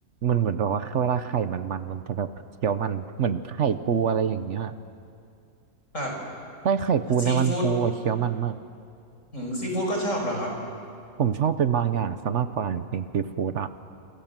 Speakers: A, on the right (about 60°); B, on the left (about 60°).
A: มันเหมือนแบบว่าเวลาไข่มันมันมันจะแบบเคี้ยวมันเหมือนไข่ปูอะไรอย่างเงี้ย
B: ครับ
A: ใช่ไข่ปูในมันปูอะเคี้ยวมันมาก
B: ซีฟู้ดหืมซีฟู้ดก็ชอบเหรอครับ
A: ผมชอบเป็นบางอย่างซะมากกว่าจริงๆซีฟู้ดอ่ะ